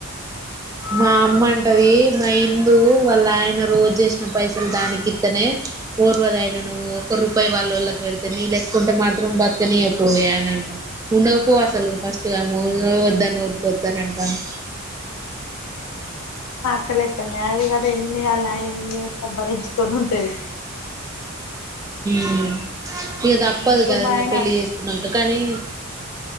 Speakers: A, on the right; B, on the left.
A: మా అమ్మ అంటది మా ఇందూ వాళ్ళ ఆయన రోజు చేసిన పైసలు దానికిత్తనే పర్వద ఆయన నువ్వు ఒక్క రూపాయి వాళ్ళ వాళ్ళకి పెడితే నీ లేకుంటే మాత్రం బతుకనియక పోవే అని అంటాను ఉండకపో అసలు ఫస్ట్గా మో ఓ వద్దని ఊరుకోచ్చనంటాండు
B: ఎక్కలెక్కలని అది కదా ఎన్ని వాళ్ళ ఆయన ఎన్ని చేసినా భరించుకొని ఉంటది
A: ఉమ్ ఇగ దప్పదు
B: ఇప్పుడు
A: కదా
B: మా ఆయన
A: పెళ్ళి చేేసుకున్నాన్క కానీ